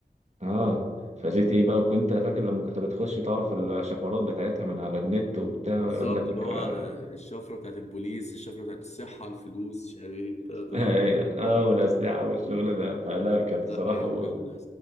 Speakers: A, on the right; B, on the left.
A: اه فجيت ايه بقى وكنت فاكر لما كنت بتخش تعرف الشفرات بتاعتها من على النت وبتاع
B: بالظبط
A: يقول لك
B: اللي هو
A: <laughs>
B: الشفره بتاعت البوليس الشفره بتاعت الصحه الفلوس مش عارف ايه الكلام ده
A: اه
B: كله
A: والاسلحه والشغل ده فلا كان
B: لا
A: صراحه
B: ايام جامده